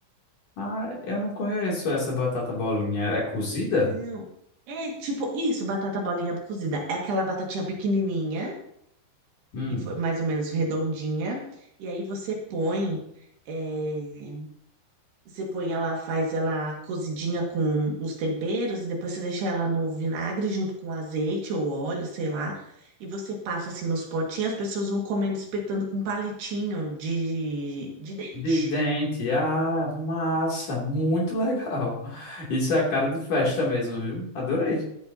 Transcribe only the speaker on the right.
Não, é tipo isso, batata bolinha cozida. É aquela batatinha pequenininha,
em fo- mais ou menos redondinha, e aí você põe eh, Você põe ela, faz ela cozidinha com os temperos e depois você deixa ela no vinagre junto com azeite ou óleo, sei lá. E você passa assim nos potinhos, as pessoas vão comendo, espetando com um palitinho de, de dente.